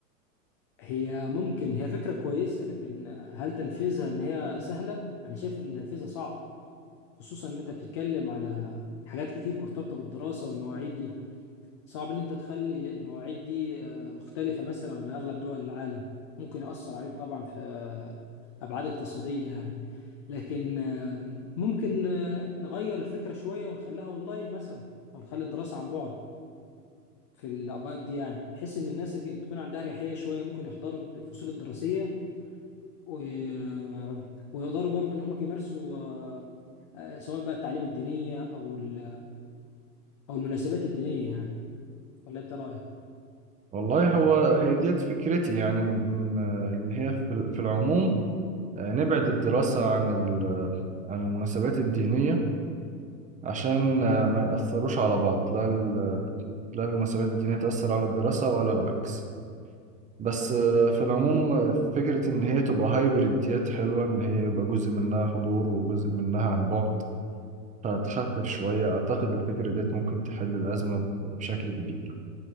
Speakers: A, on the left (about 25°); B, on the right (about 15°).
A: هي ممكن هي فكرة كويسة لكن هل تنفيذها إن هي سهلة؟ أنا شايف إن تنفيذها صعب خصوصا إن أنت بتتكلم على حاجات كتير مرتبطة بالدراسة والمواعيد دي صعب ان انت تخلي المواعيد دي آه، مختلفة مثلا عن اغلب دول العالم ممكن يأثر عليك طبعا في آه، ابعاد اقتصادية يعني لكن آه، ممكن آه، نغير الفكرة شوية ونخليها اونلاين مثلا او نخلي الدراسة عن بعد في الاوقات دي يعني بحيث ان الناس تكون عندها اريحية شوية ممكن يحضروا الفصول الدراسية و... آه، ويقدروا برضو ان هم يمارسوا آه، آه، سواء بقى التعليم الدينية او ال... او المناسبات الدينية يعني ولا انت رأيك
B: والله هو هي ديت فكرتي يعني ان ان إن هي في في العموم آه، نبعد الدراسة عن ال- عن المناسبات الدينية عشان آه، ما يأثروش على بعض لا ال- لا المناسبات الدينية تأثر على الدراسة ولا العكس بس آه، في العموم آه، فكرة ان هي تبقى هايبرد ديت حلوة ان هي يبقى جزء منها حضور وجزء منها عن بعد فتخفف شوية أعتقد الفكرة ديت ممكن تحل الأزمة بشكل كبير